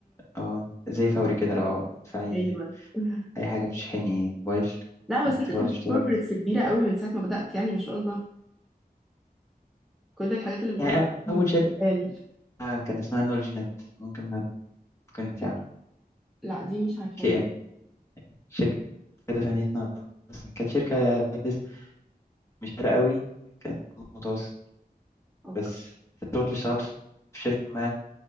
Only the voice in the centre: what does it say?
ايوه <laughs>
لا
بس انت
كنت
في كوربريتس كبيره قوي من ساعه ما بدات يعني ما شاء الله كل الحاجات اللي بتقولها
بتتقال.
لا دي مش عارفاها
اوكي